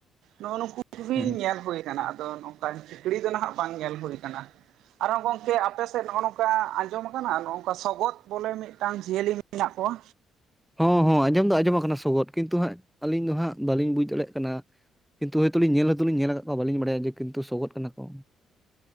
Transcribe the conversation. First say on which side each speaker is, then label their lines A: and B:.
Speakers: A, on the right; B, in the centre.
A: ᱱᱚᱜ ᱱᱩᱠᱩ ᱠᱚ ᱜᱮ
B: ᱦᱩᱸ
A: ᱧᱮᱞ ᱦᱩᱭ ᱟᱫᱚ ᱱᱚᱝᱠᱟᱱ ᱠᱷᱤᱠᱲᱤ ᱫᱚ ᱱᱟᱦᱟᱜ ᱵᱟᱝ ᱧᱮᱞ ᱦᱩᱭ ᱟᱠᱟᱱᱟ ᱾ ᱟᱨᱦᱚᱸ ᱜᱚᱝᱠᱮ ᱟᱯᱮ ᱥᱮᱫ ᱱᱚᱜᱼᱚ ᱱᱚᱝᱠᱟ ᱡᱚᱢ ᱟᱠᱟᱱᱟ ᱱᱚᱝᱠᱟ ᱥᱚᱜᱚᱛ ᱵᱚᱞᱮ ᱢᱤᱫᱴᱟᱝ ᱡᱤᱭᱟᱹᱞᱤ ᱢᱮᱱᱟᱜ ᱠᱚᱣᱟ
B: ᱦᱚᱸ ᱦᱚᱸ ᱟᱸᱡᱚᱢ ᱫᱚ ᱟᱸᱡᱚᱢ ᱟᱠᱟᱱᱟ ᱥᱚᱜᱚᱫ ᱠᱤᱱᱛᱩ ᱦᱟᱸᱜ ᱟᱹᱞᱤᱧ ᱫᱚ ᱦᱟᱸᱜ ᱵᱟᱹᱞᱤᱧ ᱵᱩᱡᱽ ᱫᱟᱲᱮᱭᱟᱜ ᱠᱟᱱᱟ ᱾ ᱠᱤᱱᱛᱩ ᱦᱚᱭᱛᱳ ᱞᱤᱧ ᱧᱮᱞ ᱦᱚᱭᱛᱚ ᱞᱤᱧ ᱧᱮᱞ ᱟᱠᱟᱫ ᱠᱚᱣᱟ ᱵᱟᱞᱤᱧ ᱵᱟᱲᱟᱭᱟ ᱡᱮ ᱠᱤᱱᱛᱩ ᱥᱚᱜᱚᱫ ᱠᱟᱱᱟ ᱠᱚ ᱾